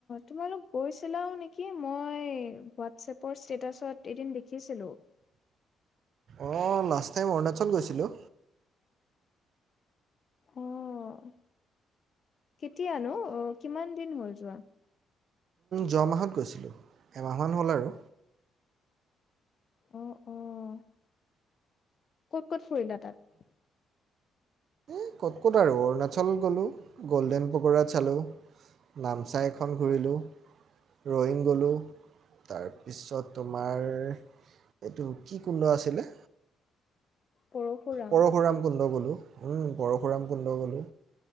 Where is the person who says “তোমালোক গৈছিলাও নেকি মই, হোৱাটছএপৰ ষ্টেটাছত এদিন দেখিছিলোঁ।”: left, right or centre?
Left